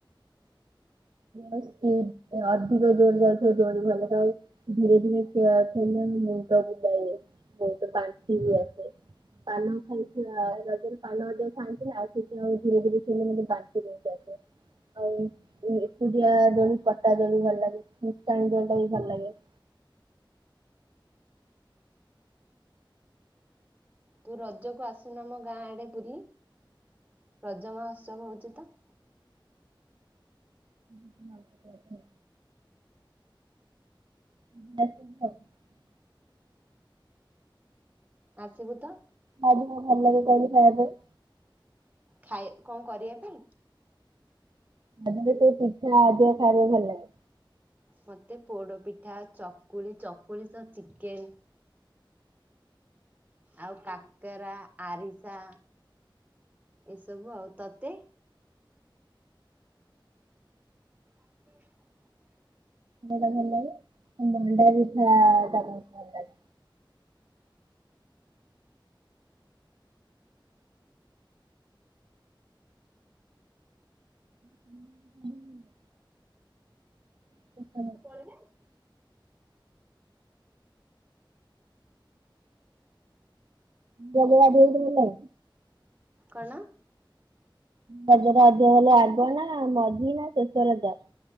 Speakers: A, on the right; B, on the right.
A: ଅଧିକ ଜୋର ଯାଉଥିବ ଦୋଳି ଭଲ <unintelligible> ଧୀରେ ଧୀରେ ଖେଳିଲେ ମୁଣ୍ଡ ବୁଲାଏ ମୁଣ୍ଡଟ ବାନ୍ତି ବ ଆସେ। ପାନ ଖାଇଥିବା ରଜରେ ପାନ ଅଧିକ ଖାଆନ୍ତି ନା ଆଉ ସେଥିଉ ଧୀରେ ଧୀରେ ସେ ମାନେ ବାନ୍ତି ଯେମତି ଆସେ। ଆଉ ଏକୁଟିଆ ଦୋଳି ପଟା ଦୋଳି ଭଲ ଲାଗେ, <unintelligible> ଦୋଳିଟା ବି ଭଲ ଲାଗେ।
B: ତୁ ରଜକୁ ଆସୁନୁ ଆମ ଗାଁ ଆଡେ ବୁଲି ରଜ ମହୋତ୍ସବ ହଉଛି ତ।
A: <unintelligible> <unintelligible>
B: ଆସିବୁ ତ।
A: <unintelligible> ଭଲ ଲାଗେ କହିଲୁ ଖାଇବା ପାଇଁ?
B: ଖାଇ କଁ କରିବା ପାଇଁ।
A: <unintelligible> ପିଠା ଅଧିକ ଖାଇବା ପାଇଁ ଭଲ ଲାଗେ?
B: ମତେ ପୋଡ ପିଠା, ଚକୁଳି ଚକୁଳି ସହ ଚିକେନ। ଆଉ କାକେରା ଆରିସା ଏସବୁ ଆଉ, ତତେ? <unintelligible>
A: ଟା ଭଲ ଲାଗେ, ମଣ୍ଡା ପିଠା ଟା ବହୁତ ଭଲ ଲାଗେ। <unintelligible> <unintelligible>
B: ପଳେ ନାଇ।
A: ରଜ ଗାଧୁଆ ବି ତମର ନାଇଁ।
B: କଣ?
A: ରଜ ଟା ଅଧିକ ଭଲ ଆଗ ନା ମଝି ନା ଶେଷ ରଜ।